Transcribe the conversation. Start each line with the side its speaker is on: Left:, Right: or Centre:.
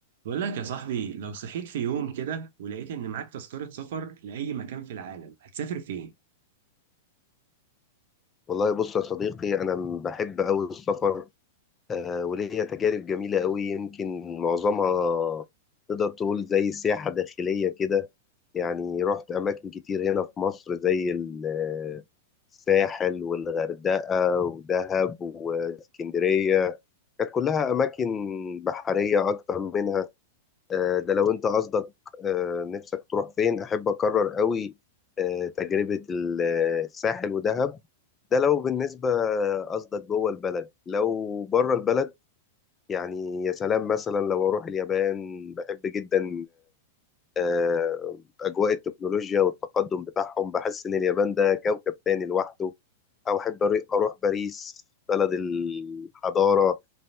Right: بقول لك يا صاحبي لو صحيت في يوم كده ولقيت إن معاك تذكرة سفر لأي مكان في العالم هتسافر فين؟
Left: والله بص يا صديقي أنا بحب أوي السفر آه وليا تجارب جميلة أوي يمكن معظمها تقدر تقول زي سياحة داخلية كده يعني رحت أماكن كتير هنا في مصر زي ال- آه، الساحل والغردقة ودهب واسكندرية كانت كلها أماكن بحرية أكتر منها آه ده لو أنت قصدك آه نفسك تروح فين أحب أكرر أوي آه تجربة ال- آه، الساحل ودهب ده لو بالنسبة قصدك جوه البلد لو بره البلد يعني يا سلام مثلا لو أروح اليابان بحب جدا آه، أجواء التكنولوجيا والتقدم بتاعهم بحس إن اليابان ده كوكب تاني لوحده أو أحب أري- أروح باريس بلد الحضارة